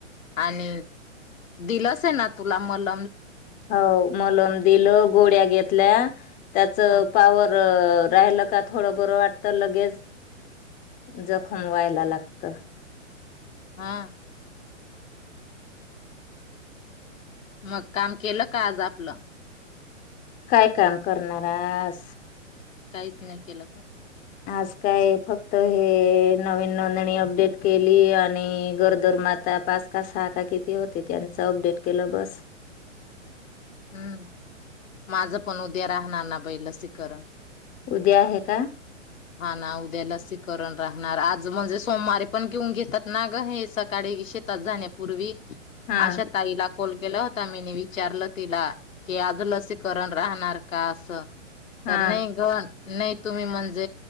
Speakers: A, on the left; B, on the left.
A: आणि दिल आहे ना तुला मल
B: हो मलम दिलं गोड्या घेतल्या त्याच
A: हा
B: पावर राहिल का थोडं बरं वाटत लगेच जखम व्हायला लागत
A: हा मग काम केलं का आज आपलं
B: काय काम करणारस
A: काहीच नाही केलं का?
B: आज काय फक्त त हे नवीन <unintelligible> अपडेट केली आणि गरोदर माता पाच का सहा का किती होते त्यांच अपडेट केलं बस.
A: हम्म माझं पण उद्या राहणार ना बाई लसीकरण.
B: उद्या आहे का?
A: हा ना उद्या लसीकरण राहणार आज म्हणजे सोमवारी पण घेऊन घेतात ना ग हे सकाळी शेतात जाण्यापूर्वी.
B: हा
A: आशा ताईला कॉल केला होता मीनी विचारलं तिला की आज लसीकरण राहणार का असं?
B: हा
A: तर नाही ग नाही तुम्ही म्हण जे